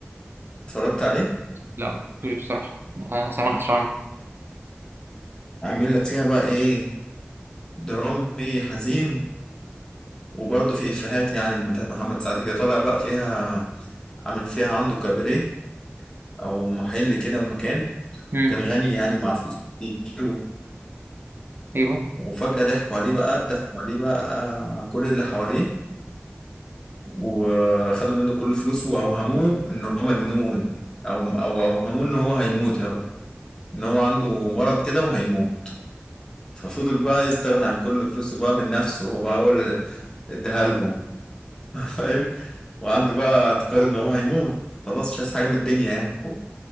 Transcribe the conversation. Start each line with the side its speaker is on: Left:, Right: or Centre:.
Left: اتفرجت عليه
Right: لا ما شفتوش بصراحه ما سمعتش عنه
Left: عامل لك فيها بقى ايه درامي حزين وبرضه في افيهات يعني من بتاعت محمد سعد كده طالع بقى فيها عامل فيها عنده كاباريه او محل كده ومكان
Right: مم.
Left: وكان غني يعني ومعاه فلوس كتير و-
Right: ايوه
Left: وفجأة ضحكوا عليه بقى اتفقوا عليه بقى آه، كل اللي حواليه وخدوا منه كل فلوسه واوهموه ان هو مجنون او او اوهموه ان هو هيموت يا رب ان هو عنده مرض كده وهيموت ففضل بقى يستغنى عن كل فلوسه بقى من نفسه هو بقى هو اللي اداها لهم <laughs> فاهم وعنده بقى اعتقاد ان هو هيموت خلاص مش عايز حاجه من الدنيا يعني